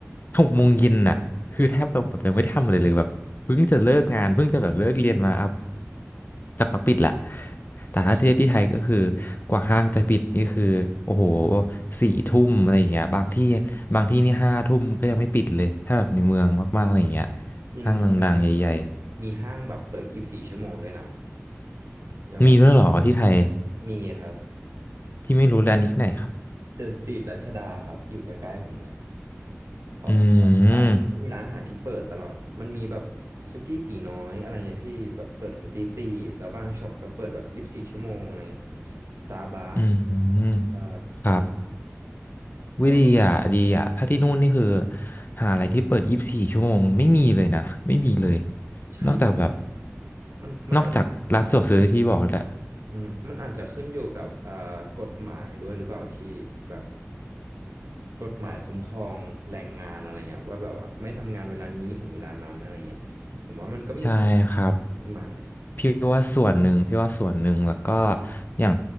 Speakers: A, on the left (about 40°); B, on the right (about 70°).
A: หกโมงเย็นอะคือแทบแบบแบบยังไม่ได้ทำอะไรเลยแบบเพิ่งจะเลิกงานเพิ่งจะแบบเลิกเรียนมาเอาจักักปิดละแต่ถ้าเทียบที่ไทยก็คือกว่าห้างจะปิดนี่คือโอ้โหสี่ทุ่มอะไรอย่างเงี้ยบางที่บางที่นี่ห้าทุ่มก็ยังไม่ปิดเลยถ้าแบบในเมืองมากๆอะไรอย่างเงี้ย
B: จริงพี่แล้วมัน
A: ห้างดังๆใหญ่
B: มีห้างแบบเปิดยี่สิบสี่ชั่วโมงด้วยนะ
A: ๆมีด้วยเหรอที่ไทย
B: อย่างแบบมีครับ
A: พี่ไม่รู้เลยอันนี้ที่ไหนครับ
B: เดอะสตรีทรัชดาครับอยู่ใกล้ๆผมเลยผมก็แบบอ่ามันก็มีร้านอาหารที่เปิดตลอดมันมีแบบสุกี้ตี๋น้อยอะไรเงี้ยพี่แบบเปิดถึงตีสี่แล้วบางช็อปก็เปิดแบบยี่สิบสี่ชั่วโมงอะไรเงี้ย
A: อืม
B: สตาร์บัค
A: อืมอืม
B: ใช่
A: ครับ วิดีอ่ะดีอ่ะถ้าที่นู่นนี่คือ
B: ก็
A: หาอะไรที่เปิดยี่สิบสี่ชั่วโมงไม่มีเลยนะ ไม่มีเลย
B: ใช่พี่
A: นอกจากแบบ
B: มันมันอาจ
A: นอกจากร้านสะดวกซื้อที่บอกนั่นแหละ
B: อืมมันอาจจะขึ้นอยู่กับอ่ากฎหมายด้วยหรือเปล่าพี่แบบกฎหมายคุ้มครองแรงงานอะไรเงี้ยว่าแบบว่าไม่ทำงานเวลานี้ถึงเวลานั้นอะไรเงี้ยผมว่ามันก็มีส่วน
A: ใช่ครับ
B: กฎหมายอ่ะ
A: พี่ว่าส่วนหนึ่ง พี่ว่าส่วนหนึ่ง แล้วก็อย่าง